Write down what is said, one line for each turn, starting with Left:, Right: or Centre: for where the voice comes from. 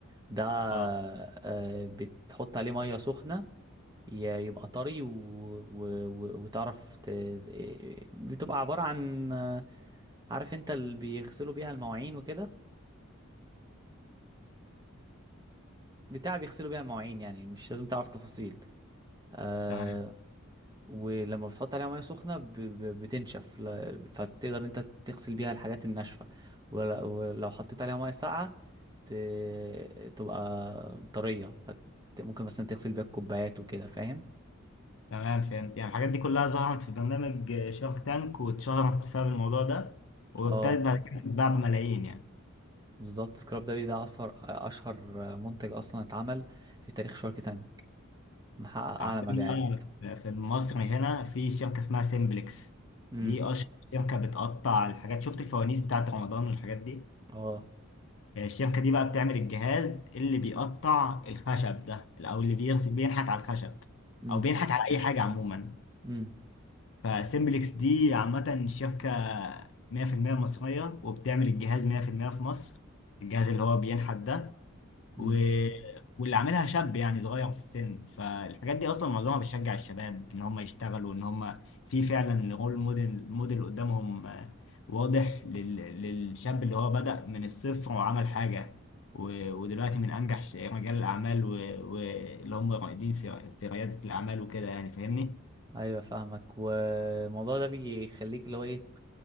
Right: ده
Left: اه
Right: آه، بتحط عليه مية سخنة ي- يبقى طري و... و... و... وتعرف ت... آه، بتبقى عبارة عن آه، عارف انت اللي بيغسلوا بيها المواعين وكده بتاع بيغسلوا بيها المواعين يعني مش لازم تعرف تفاصيل آه،
Left: تمام
Right: ولما بتحط عليها ميه سخنه ب- ب- بتنشف ل- فتقدر انت تغسل بيها الحاجات الناشفه ول- ولو حطيت عليها ميه ساقعه ت- تبقى طريه فت- ممكن مثلا تغسل بيها الكوبايات وكده فاهم
Left: تمام فهمت يعني الحاجات دي كلها ظهرت في برنامج شارك تانك واتشهرت بسبب الموضوع ده وابتدت
Right: اه
Left: بعد كده تتباع بملايين يعني
Right: بالظبط سكراب داري ده اشهر اشهر منتج اصلا اتعمل في تاريخ شارك تانك محقق
Left: عندنا
Right: اعلى مبيعات
Left: بقى في مصر هنا في شركة اسمها سيمبلكس
Right: امم
Left: دي أشهر شركة بتقطع الحاجات شفت الفوانيس بتاعت رمضان والحاجات دي
Right: اه
Left: آه، الشركة دي بقى بتعمل الجهاز اللي بيقطع الخشب ده أو اللي بيرس- بينحت على الخشب
Right: امم
Left: أو بينحت على أي حاجة عموما
Right: امم
Left: فسيمبلكس دي عامة شبكة 100% مصرية وبتعمل الجهاز 100% في المية في مصر الجهاز اللي هو بينحت ده و...
Right: امم
Left: واللي عاملها شاب يعني صغير في السن فالحاجات دي أصلا معظمها بتشجع الشباب إن هم يشتغلوا إن هم في فعلا رول موديل موديل قدامهم آه، واضح لل... للشاب اللي هو بدأ من الصفر وعمل حاجة و... ودلوقتي من أنجح ش- رجال الأعمال واللي و... واللي هم رائدين في في ريادة الأعمال وكده يعني فاهمني؟
Right: ايوه فاهمك والموضوع ده بيخليك اللي هو ايه